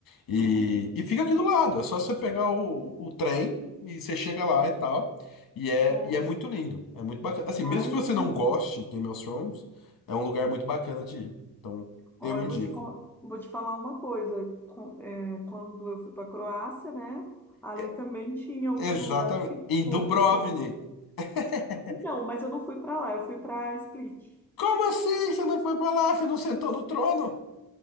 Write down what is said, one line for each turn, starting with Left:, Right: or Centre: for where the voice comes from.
Left: E, e fica aqui do lado, é só você pegar o, o trem e você chega lá e tal. E é,
Centre: Nossa.
Left: e é muito lindo, é muito bacana. Assim,
Centre: Ai,
Left: mesmo que você
Centre: gente.
Left: não goste de Game of Thrones, é um lugar muito bacana de ir. Então,
Centre: Ó,
Left: eu
Centre: eu
Left: indico.
Centre: vou te falar, vou te falar uma coisa. Com- é, quando eu fui para Croácia, né? Ali
Left: É,
Centre: também tinha alguns
Left: Exatamente.
Centre: lugares que,
Left: Em
Centre: fo-
Left: Dubrovnik.
Centre: que foram.
Left: <laughs>
Centre: Então, mas eu não fui para lá, eu fui para Split.
Left: Como assim? Você não foi pra lá? Você não sentou no trono?